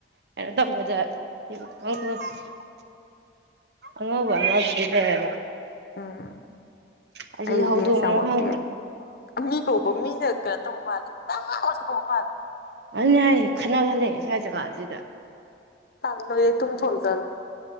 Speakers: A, on the right; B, on the left.
A: ꯀꯩꯅꯣ ꯇꯧꯕꯗ ꯀꯩꯕ <unintelligible> ꯑꯉꯧꯕ ꯑꯃꯕꯨꯗꯤ ꯂꯩ ꯍꯥꯏꯕ
B: ꯎꯝ
A: ꯀꯔꯤ
B: ꯑꯩ
A: ꯍꯧꯗꯣꯡꯅꯣ
B: ꯂꯦꯁ ꯌꯥꯎꯕ
A: ꯈꯪꯗꯦ
B: ꯄꯦꯜꯂꯦ ꯑꯃꯤ ꯀꯧꯕ ꯃꯤꯅ ꯀꯩꯅꯣ ꯇꯧꯕ ꯃꯥꯜꯂꯦ ꯏꯃꯥꯎ ꯑꯅꯥ ꯀꯧꯕ ꯃꯥꯜꯂꯦ
A: ꯑꯗꯨꯅꯦ ꯌꯥꯏ ꯈꯠꯅꯍꯜꯂꯛꯑꯦ ꯁꯨꯋꯥꯏ ꯖꯒꯥꯖꯤꯁꯤꯗ
B: ꯇꯥꯟꯗꯣꯂꯦ ꯇꯨꯝ ꯊꯣꯝꯆꯜꯂꯣ